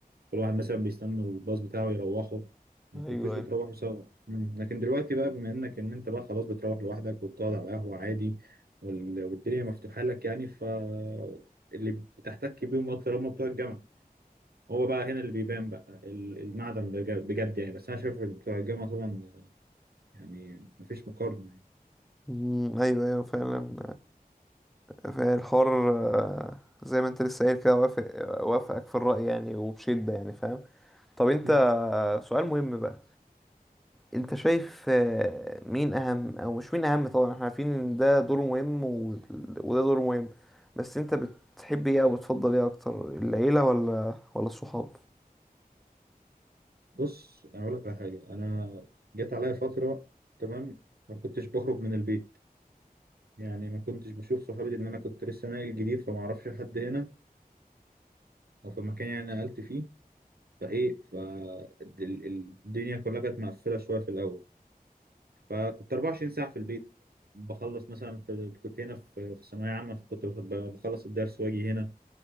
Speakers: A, on the right (about 80°); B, in the centre.
A: كل واحد مثلا بيستنى الباص بتاعه يروحه ما
B: ايوه
A: كنتوش بتروحوا
B: ايوه
A: سوا مم. لكن دلوقتي بقى بما انك ان انت بقى خلاص بتروح لوحدك وبتقعد على قهوة عادي وال- والدنيا مفتوحة لك يعني ف اللي بتحتك بيهم اكتر هم بتوع الجامعة هو بقى هنا اللي بيبان بقى ال- المعدن بج- بجد يعني بس انا شايف إن بتوع الجامعة طبعا يعني مفيش مقارنة
B: مم، ايوه ايوه فعلا فعلا الحوار آه، زي ما انت لسه قايل كده وافق وافقك في الرأي يعني وبشدة يعني فاهم طب انت
A: يعني.
B: آه، سؤال مهم بقى انت شايف آه، مين اهم او مش مين اهم طبعا احنا عارفين ان ده دوره مهم و- وده دوره مهم بس انت بتحب ايه او بتفضل ايه اكتر العيلة ولا ولا الصحاب
A: بص انا اقول لك على حاجه انا جت عليا فتره تمام ما كنتش بخرج من البيت يعني ما كنتش بشوف صحابي لان انا كنت لسه ناقل جديد فما اعرفش حد هنا او في مكان يعني أنا نقلت فيه فايه فالدنيا كلها كانت مقفله شويه في الاول فكنت 24 ساعه في البيت بخلص مثلا في كنت هنا في في ثانويه عامه فكنت بخ- بخلص الدرس واجي هنا